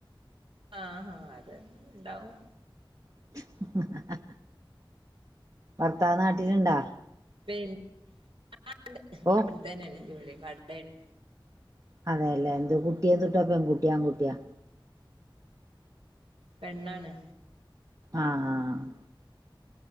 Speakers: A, on the right; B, on the right.
A: ആഹ് ഹ അതെ ഞ്ഞ്ണ്ടാവും
B: <inaudible> ഭർത്താവ് നാട്ടില്ണ്ടോ
A: പിൻ ആഹ്
B: ഓ
A: ഇവിടത്തന്നാണ് ജോലിയ കടേണ്
B: അതെല്ലെ എന്ത് കുട്ടിയ <unintelligible> പെൺകുട്ട്യാ ആൺകുട്ട്യാ
A: പെണ്ണാണ്.
B: ആഹ് ആഹ് ആഹ്